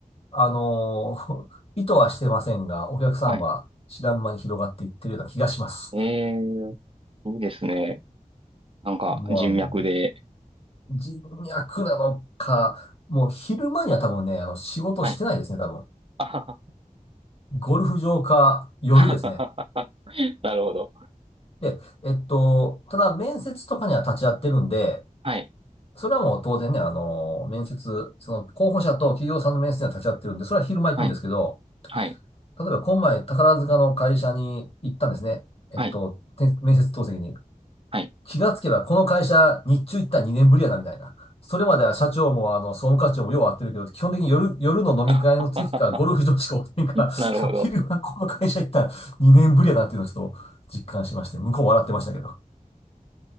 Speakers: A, on the left; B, on the right.
A: あのー <laughs> 意図はしてませんが、お客さんは知らん間に広がっていってるような気がします。
B: はい。えー、いいですね。なんか、
A: もうあの
B: 人脈で。
A: 人脈なのか、もう昼間には多分ね、あの、仕事してないですね、
B: はい。
A: 多分。
B: <laughs> あは
A: ゴルフ場か夜ですね。
B: はははなるほど。
A: で、えっと、ただ面接とかには立ち会ってるんで、
B: はい。
A: それはもう当然ね、あの面接、その候補者と企業さんの面接には立ち会ってるんで、それは昼間行くんですけど、
B: はい。はい。
A: 例えば今前宝塚の会社に行ったんですね。えっと、
B: はい。
A: て面接当席に。
B: はい。
A: 気がつけばこの会社日中行ったら2年ぶりやなみたいな。それまでは社長もあの総務課長もよう会ってるけど、基本的に夜、夜の飲み会の席かゴルフ場しかおってんから、
B: <laughs> あははは
A: <laughs>
B: なるほど。
A: 昼はこの会社行ったら2年ぶりやなっていうのをちょっと実感しまして、向こう笑ってましたけど。